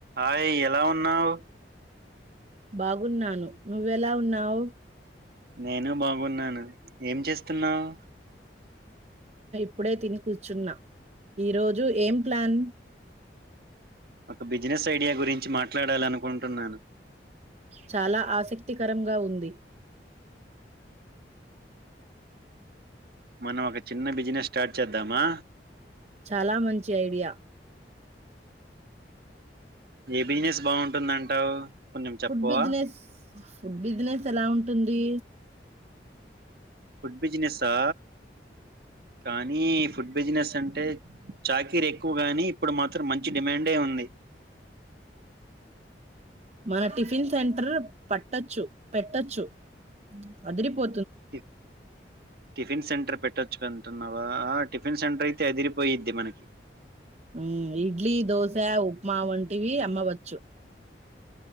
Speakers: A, on the right (about 60°); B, on the right (about 40°).
A: ఆయ్ ఎలా ఉన్నావ్
B: బాగున్నాను నువ్వెలా ఉన్నావు
A: నేను బాగున్నాను ఏం చేస్తున్నావ్
B: ప్పుడే తిని కూర్చున్నా ఈరోజు ఏం ప్లాన్
A: ఒక బిజినెస్ ఐడియా గురించి మాట్లాడాలనుకుంటున్నాను
B: చాలా ఆసక్తికరంగా ఉంది
A: మనం ఒక చిన్న బిజినెస్ స్టార్ట్ చేద్దామా
B: చాలా మంచి ఐడియా
A: ఏ బిజినెస్ బాగుంటుందంటావు కొంచెం చెప్పవా
B: ఫుడ్ దునెస్ ఫుడ్ బిజినెస్ ఎలా ఉంటుంది
A: ఫుడ్ బిజినెస్సా కానీ ఫుడ్ బిజినెస్ అంటే చాకిరి ఎక్కువ గాని ఇప్పుడు మాత్రం మంచి డిమాండే ఉంది
B: మన టిఫిన్ సెంటర్ పట్టచ్చు పెట్టొచ్చు అదిరిపో
A: టి టిఫిన్ సెంటర్ పెట్టొచ్చుకంటున్నావా ఆ టిఫిన్ సెంటర్ అయితే అదిరిపోయిద్ది మనకి
B: మ్మ్, ఇడ్లీ దోశ ఉప్మా వం టివి అమ్మ వచ్చు